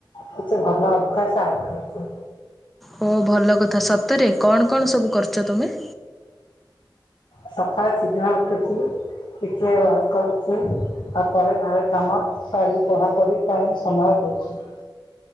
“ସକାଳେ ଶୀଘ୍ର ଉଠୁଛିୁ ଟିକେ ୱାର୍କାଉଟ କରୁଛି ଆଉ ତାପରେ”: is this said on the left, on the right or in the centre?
Left